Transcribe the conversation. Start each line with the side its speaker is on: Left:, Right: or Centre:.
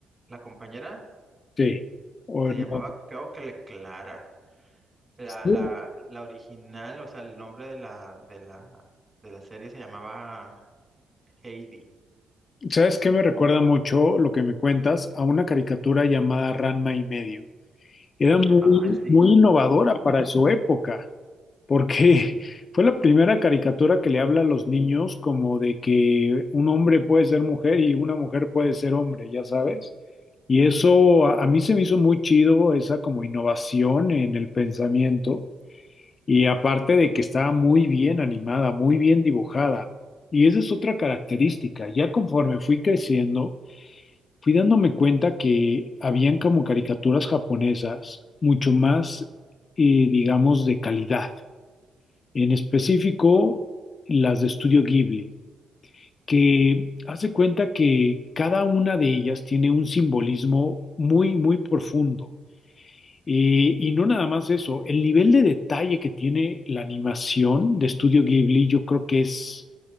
Right: la compañera
Left: Sí. O
Right: se
Left: no.
Right: llamaba, creo que le Clara. La,
Left: Sí.
Right: la, la original, o sea, el nombre de la, de la, de la serie se llamaba Heidi.
Left: ¿Sabes qué me recuerda mucho lo que me cuentas? A una caricatura llamada Ranma y medio. Era muy,
Right: Ay, sí.
Left: muy innovadora para su época. porque <laughs> fue la primera caricatura que le habla a los niños como de que un hombre puede ser mujer y una mujer puede ser hombre, ya sabes. Y eso a, a mí se me hizo muy chido, esa como innovación en el pensamiento. Y aparte de que estaba muy bien animada, muy bien dibujada. Y esa es otra característica. Ya conforme fui creciendo, fui dándome cuenta que habían como caricaturas japonesas mucho más, eh, digamos, de calidad en específico las de Estudio Ghibli, que hace cuenta que cada una de ellas tiene un simbolismo muy, muy profundo. Eh, y no nada más eso, el nivel de detalle que tiene la animación de Estudio Ghibli, yo creo que es...